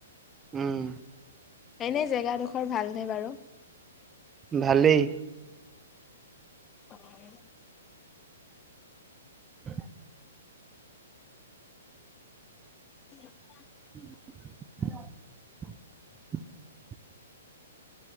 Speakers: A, on the right; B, on the left.
A: উম
B: এনে জেগাডোখৰ ভালনে বাৰু?
A: ভালেই।
B: হয়
A: উ <unintelligible>
B: <unintelligible>
A: <unintelligible>